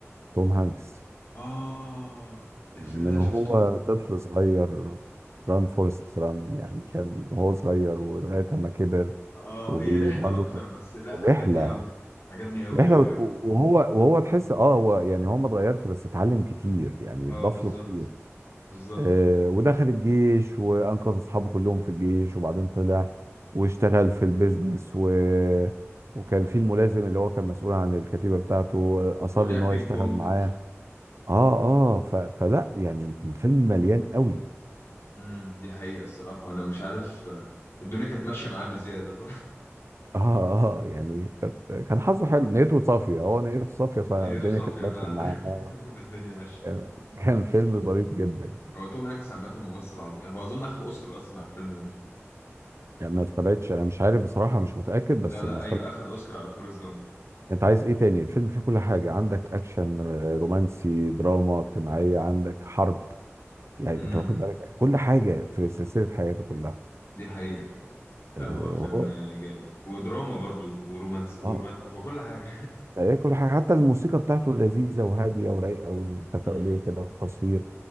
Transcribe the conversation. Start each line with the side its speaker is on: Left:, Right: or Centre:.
Right: توم هانكس
Left: اه الفيلم
Right: من
Left: ده شفته
Right: هو طفل صغير ران فورست ران يعني كان هو صغير ولغايه ما كبر
Left: اه
Right: وبرضه
Left: هي رحله اكتر
Right: كان
Left: بس لا عجبني
Right: رحلة
Left: قوي عجبني قوي
Right: رحلة
Left: قوي
Right: وت-
Left: قوي
Right: وهو وهو تحس اه هو يعني هو ما اتغيرش بس اتعلم كتير يعني
Left: اه
Right: اتضاف
Left: بالظبط
Right: له كتير
Left: بالظبط
Right: آه ودخل الجيش وانقذ اصحابه كلهم في الجيش وبعدين طلع واشتغل في البيزنس و... وكان في الملازم اللي هو كان مسؤول عن الكتيبة بتاعته آه، اصر
Left: ولعب
Right: ان هو
Left: بينج
Right: يشتغل
Left: بونج
Right: معاه اه اه ف... فلا يعني الفيلم مليان قوي
Left: امم دي حقيقه الصراحه وانا مش عارف الدنيا كانت ماشيه معاه بزياده صح
Right: اه اه يعني كانت كان حظه حلو نيته صافية هو نيته صافية
Left: <laughs>
Right: فالدنيا
Left: ايده صافيه
Right: كانت ماشية
Left: فعلا
Right: معاه اه
Left: <laughs> الدنيا ماشيه
Right: كان كان فيلم ظريف جدا
Left: هو توم هانكس عامه ممثل عظيم هو اظن اخد اوسكار اصلا على الفيلم ده
Right: يعني ما استبعدش انا مش عارف بصراحه مش متاكد بس
Left: لا لا
Right: ما
Left: ايوه
Right: استبعدش
Left: اخد اوسكار على فورست جامب
Right: انت عايز ايه تاني الفيلم فيه كل حاجه عندك اكشن ر- رومانسي دراما اجتماعيه عندك حرب يعني
Left: امم
Right: انت واخد بالك كل حاجه في سلسله حياته كلها
Left: دي حقيقة لا
Right: اه
Left: هو فيلم
Right: وهو-
Left: جامد ودراما برضو ورومانس ورومان
Right: آه،
Left: هو كل حاجة
Right: تلاقيه كل حاجه حتى الموسيقى بتاعته لذيذه وهاديه ورايقه وتفاؤليه
Left: <laughs>
Right: كده
Left: امم
Right: والتصوير